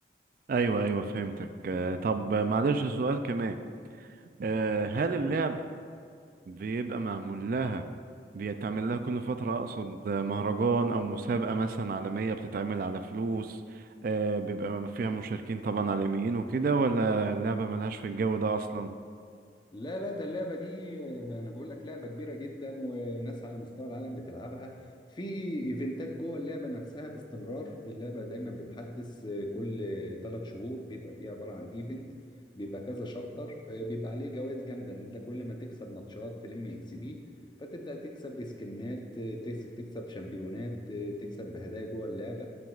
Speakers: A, on the right (about 50°); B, on the left (about 25°).
A: أيوه أيوه فهمتك آه طب معلش سؤال كمان آه هل اللعب بيبقى معمول لها بيتعمل لها كل فترة أقصد مهرجان أو مسابقة مثلا عالمية بتتعمل على فلوس آه بيبقى فيها مشاركين طبعا عالميين وكده ولا اللعبة ملهاش في الجو ده أصلا
B: لا لا ده اللعبة دي آه، أنا بقول لك لعبة كبيرة جدا وناس على مستوى العالم بتلعبها في إيفنتات جوه اللعبة نفسها باستمرار اللعبة دايما بتحدث آه، كل ثلاث شهور بيبقى فيه عبارة عن إيفنت بيبقى كذا شابتر آه، بيبقى عليه جوائز جامدة إن أنت كل ما تكسب ماتشات تلم إكس بي فتبدأ تكسب بسكنات آه، تكس- تكسب شامبيونات آه، تكسب بهدايا جوه اللعبة